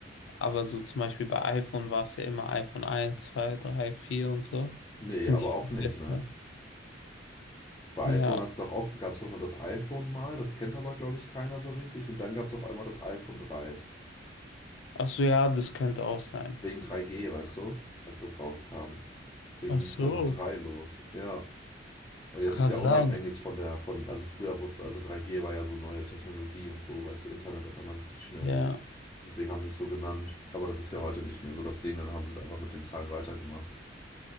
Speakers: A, on the left; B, on the left.
A: Aber so zum Beispiel bei iPhone war es ja immer iPhone eins 2 3 4 und so.
B: Nee,
A: Finde
B: aber
A: ich
B: auch
A: viel
B: nicht,
A: besser.
B: ne? Bei
A: Ja.
B: iPhone hat's doch auch gab es doch nur das iPhone mal, das kennt aber, glaube ich, keiner so richtig. Und dann gab es auf einmal das iPhone drei
A: Ach so, ja, das könnte auch sein.
B: Wegen 3G, weißt du? Als das rauskam. Deswegen
A: Ach
B: ging
A: so,
B: es dann mit 3 los. Ja. Und jetzt
A: kann
B: ist ja
A: sein.
B: unabhängig von der, von, also früher wurde, also 3G war ja so neue Technologie und so, weißt du, Internet auf einmal richtig schnell.
A: Ja.
B: Deswegen haben sie es so genannt. Aber das ist ja heute nicht mehr so das Ding, dann haben sie es einfach mit den Zahlen weitergemacht.